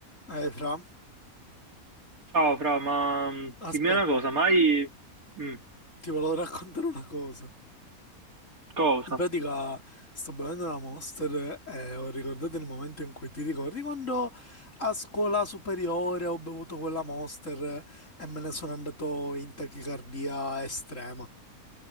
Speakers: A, on the left; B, on the right.
A: Eh, Fra,
B: Ciao Fra, ma mm,
A: aspetta,
B: dimmi una cosa, ma hai... mm,
A: ti volevo raccontare una cosa.
B: cosa?
A: In pratica sto bevendo una Monster e ho ricordato il momento in cui ti ricordi quando a scuola superiore ho bevuto quella Monster e me ne sono andato in tachicardia estrema.